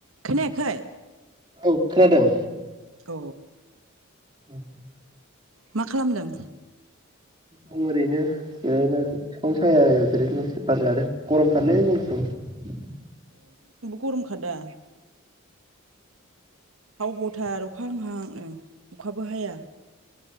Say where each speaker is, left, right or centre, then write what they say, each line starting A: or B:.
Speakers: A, on the right; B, on the right.
A: खोनायाखै
B: औ खोनादों
A: अ
B: औ
A: मा खालामदों
B: दं ओरैनो जिरायनानै बिफां सायायाव जिरायनानै बार जादों गरमथारलै जोंनिथिं
A: गरम खादा हाव हावथार अखा हाहांहांनो अखाबो हाया